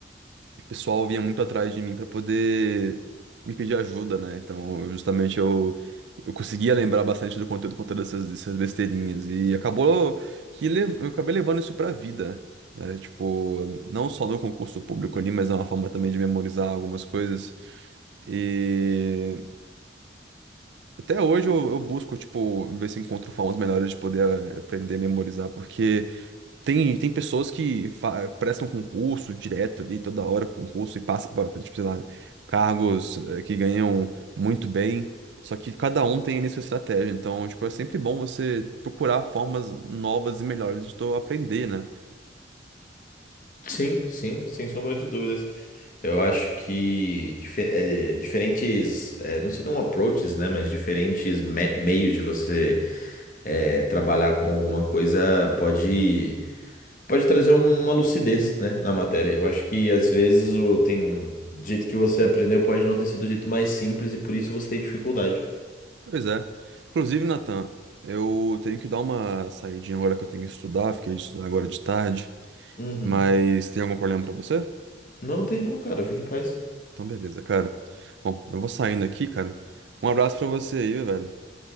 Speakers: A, on the right; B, on the left.
A: o pessoal vinha muito atrás de mim para poder me pedir ajuda, né? Então, eu, justamente eu, eu conseguia lembrar bastante do conteúdo com todas essas, essas besteirinhas. E acabou que le- eu acabei levando isso pra vida, né? Tipo, não só no concurso público ali, mas é uma forma também de memorizar algumas coisas. E. Até hoje eu, eu busco, tipo, ver se encontro formas melhores de poder eh, aprender a memorizar, porque tem, tem pessoas que fa- prestam concurso direto ali, toda hora concurso, e passam para, tipo, sei lá, cargos eh, que ganham muito bem, só que cada um tem ali sua estratégia, então, tipo, é sempre bom você procurar formas novas e melhores de tu aprender, né?
B: Sim, sim, sem sombra de dúvidas. Eu acho que dife- é, diferentes, é, não seriam approaches, né? Mas diferentes me- meios de você é, trabalhar com alguma coisa pode. pode trazer um, uma lucidez, né, na matéria. Eu acho que às vezes o tem do jeito que você aprendeu pode não ter sido o jeito mais simples e por isso você tem dificuldade.
A: Pois é. Inclusive, Nathan, eu tenho que dar uma saidinha agora que eu tenho que estudar, fiquei de estudar agora de tarde,
B: Uhum.
A: mas tem algum problema pra você?
B: Não tem não, cara. Fica em paz.
A: Então, beleza, cara. Bom, eu vou saindo aqui, cara. Um abraço pra você aí, velho.